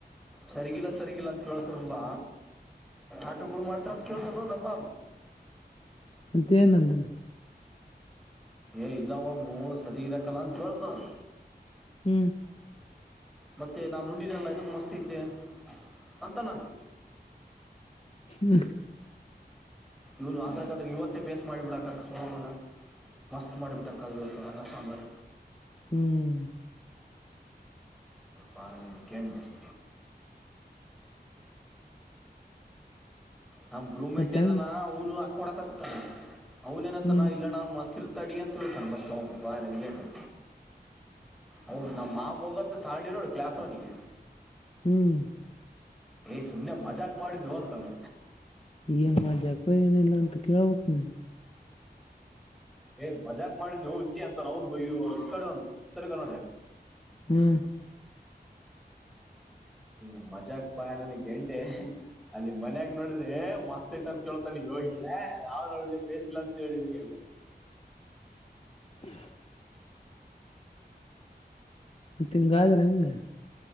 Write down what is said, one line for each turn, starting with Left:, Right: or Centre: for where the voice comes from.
Centre: ಸರಿಗಿಲ್ಲ ಸರಿಗಿಲ್ಲ ಅಂತ ಕೇಳ್ತರಲ್ಲ ಆಟಗಳು ಮಾಡ್ತಾರ ಅಂತ ಕೇಳ್ತಾರ ನಮ್ಮ
Left: ಮತ್ತೆೇನಂದ್ರ
Centre: ಏ ಇಲ್ಲವಮ್ಮ ಸರಿ ಇರಾಕಲ್ಲ ಅಂತ ಕೇಳ್ತ್ ನಾವ
Left: ಹ್ಮ್
Centre: ಮತ್ತೆ ನಾ ನುಂಡಿನೆಲ್ಲ ಇದಕ್ ಮಸ್ತ್ ತೆ ಅಂತಾನ
Left: ಹ್ಮ
Centre: ಇವನು ಅದ್ರಕ್ಕಾದ್ರೆ ಇವತ್ತೇ ಬೇಸ್ ಮಾಡಿಬಿಡಾಕ್ಕ ಸೋಳಮಗ ಮಸ್ತ್ ಮಾಡಬಟ್ಟಂ ಕದರಬೇಕು ಅನ್ನ ಸಾಂಬಾರು
Left: ಹ್ಮ್
Centre: ಪಾನಿನ ಕೆ ಎಣ್ಣೆ <inaudible> ನಮ್ಮ್ ಭ್ರೂಮೆಂಟ್
Left: ಮತ್ತೆ
Centre: ಅದನ
Left: ಹೆಂಗ
Centre: ಅವನು ಹಾಕ್ಕೊಡಕತ್ತ ಅವನೇನತ್ತ
Left: ಹ್ಮ್
Centre: ನಾ ಇಲ್ಲಣಾ ಮಸ್ತಿರತದ ಅಡಗಿ ಅಂತಳ್ತಣ ಮತ್ತ ಅವ್ನ ಬಾಯಿಗೆ ಗಿಂಡಿ ಹೌದ ನಮ್ ಮಾಮ ಹೋಗತ್ ಥಗೂಂಡಿವ ನೋಡ ಕ್ಲಾಸ್ ಅವನಿಗ
Left: ಹ್ಮ್
Centre: ಏಯ್ ಸುಮ್ನೆ ಮಜಾಕ್ ಮಾಡಿನೂ ಅಂತಾನ
Left: ಏನ್ ಮಜಾಕೋ ಏನಿಲ್ಲ ಅಂತ ಕೇಳ್ಬೇಕ್ ನೀ
Centre: ಏ ಮಜಾಕ್ ಮಾಡಿದನೂ ಹೋಚ್ಚಿ ಅಂತನ ಅವನ ಈಕಡೆವನ ಉತ್ತರ ಕರ್ನಾಟಕ
Left: ಹ್ಮ್
Centre: ಹ್ಮ ಮಜಾಕ್ ಪಾ ನನ್ ಗೆಂಡೆ ಅಲ್ಲಿ ಮನ್ಯಾಗ ನೋಡಿದ್ರೆ ಮಸ್ತ್ ತ್ ಅಂತ ಕೇಳ್ತಾನ ಯೋಗಿ ನಾವ ನೋಡಿದಿ ಬೇಸಿಲ್ಲ ಅಂತ ಹೇಳಿನಿ
Left: ಹ ಮತ್ತಿಂಗಾದರಂಗ